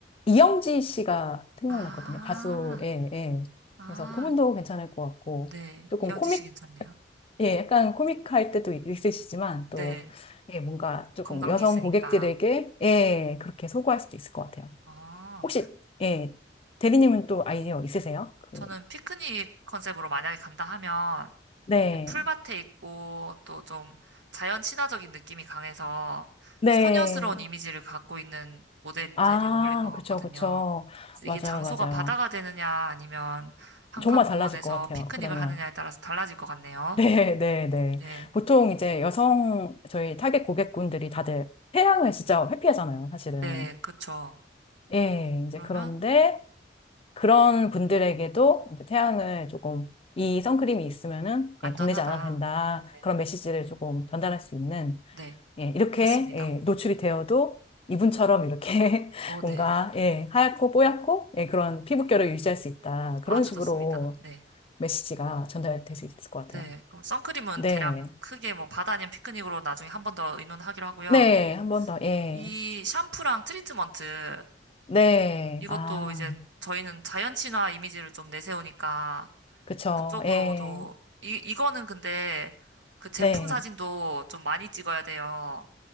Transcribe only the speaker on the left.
이영지 씨가 생각났거든요.
가수, 예, 예.
그래서 그분도 괜찮을 것 같고,
조금
코믹,
예, 약간 코믹할 때도 있으시지만, 또,
예, 뭔가 조금
여성
고객들에게, 예, 그렇게 소구할 수도 있을 것 같아요.
혹시, 예, 대리님은 또 아이디어 있으세요? 그,
네,
네.
아,
그쵸, 그쵸.
맞아요,
맞아요.
정말 달라질 것 같아요,
그러면.
네, 네, 네.
보통 이제 여성 저희 타겟 고객분들이 다들 태양을 진짜 회피하잖아요, 사실은.
예, 이제
그런데 그런 분들에게도 이제 태양을 조금 이 선크림이 있으면은
예, 겁내지 않아도 된다.
그런 메시지를 조금 전달할 수 있는
예, 이렇게
예, 노출이 되어도 이분처럼 이렇게 <laughs>
뭔가
예, 하얗고 뽀얗고 예, 그런 피부결을 유지할 수 있다. 그런
식으로
메시지가 전달될 수 있을 것 같아요.
네.
네, 한 번 더, 예.
네,
아,
그쵸,
예.
네,